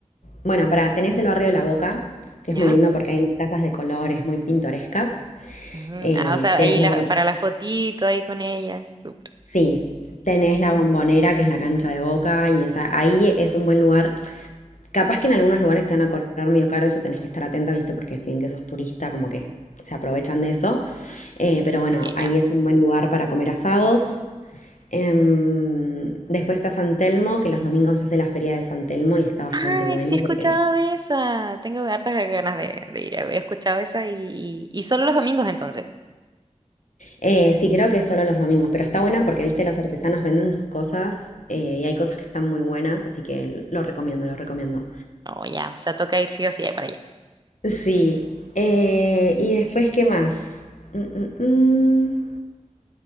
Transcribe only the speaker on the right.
¿Ya?
Ujú,
Ah, o sea,
ahí
la-
para la fotito ahí con ella. Súper.
Ok,
ya.
Ay,
sí he escuchado
de esa. Tengo hartas ganas de, de ir. He escuchado esa y, y solo los domingos entonces.
Oh, ya. O sea, toca ir sí o sí para allá.